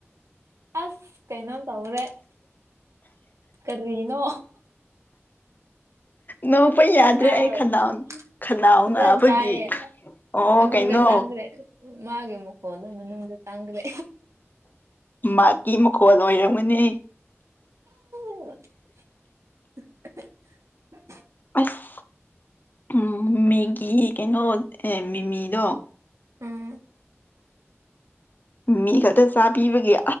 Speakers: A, on the right; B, on the left.
A: ꯑꯁ ꯀꯩꯅꯣꯝ ꯇꯧꯔꯦ ꯀꯔꯤꯅꯣ
B: ꯅꯣꯛꯄ ꯌꯥꯗ꯭ꯔꯦ
A: ꯇꯑꯗ
B: ꯑꯩ ꯈꯅꯥꯎ ꯈꯅꯥꯎ ꯅꯥꯕꯒꯤ
A: ꯇꯌꯦ
B: ꯑꯣ
A: ꯃꯅꯨꯡꯗ
B: ꯀꯩꯅꯣ
A: ꯆꯥꯡꯈ꯭ꯔꯦ ꯃꯥꯒꯤ ꯃꯨꯀꯣ ꯑꯗꯨꯣ ꯃꯅꯨꯡꯗ ꯆꯥꯡꯈ꯭ꯔꯦ
B: ꯃꯥꯀꯤ ꯃꯈꯣꯜ ꯑꯣꯏꯔꯝꯒꯅꯤ
A: ꯍ <unintelligible>
B: ꯑꯁ ꯎꯝ ꯃꯦꯒꯤ ꯀꯩꯅꯣ ꯑꯦ ꯃꯤꯃꯤꯗꯣ
A: ꯎꯝ
B: ꯃꯤꯃꯤ ꯈꯛꯇ ꯆꯥ ꯄꯤꯕꯒꯤ